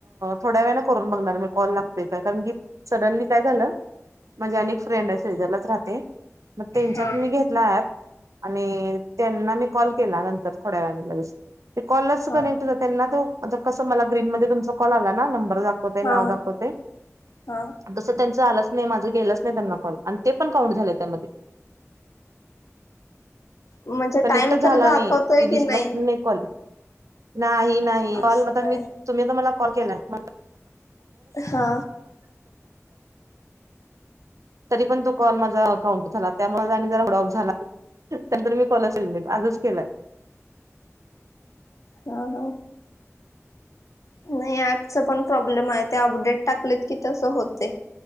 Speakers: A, on the right; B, on the left.
A: थोड्या वेळा करून बघणार मी. कॉल लागतोय काय? कारण की सडनली काय झालं? माझे अनेक फ्रेंडे सेजारलाच राहते. मग त्यांच्यात
B: हा
A: मी घेत ला ऑप. आणि त्यांना मी कॉल केला नंतर. थोड्या वेळानी लगेच. ते कॉलच
B: हा
A: कनेक्ट होत त्यांना तो कसं मला ग्रीन मध्ये तुमचा कॉल आला ना. नंबर दाख वतय नाव
B: हा
A: दाखवतय.
B: हा
A: तसं त्यांचं आलंच नाही माझं गेलंच नाही त्यांना कॉल आणि ते पण काउंट झालंय त्यामध्ये.
B: म्हणजे
A: कनेक्टच
B: टाइम
A: झाला
B: तर दाखवतय
A: नाही ते दिसला
B: कि नाही.
A: कॉल नाही नाही
B: असं
A: कॉल म
B: आहे
A: मी तुम्ही तर मला कॉल केलाय. <inaudible>
B: हा
A: तरी पण तो कॉल माझा काउंट झाला त्यामुळे आणि जरा मुड ऑफ झाला. <inaudible> कॉलच आजच केलाय.
B: हा हा, नाही ऍपच पण प्रॉब्लेम आहे ते अपडेट टाकलेत की, तसं होते.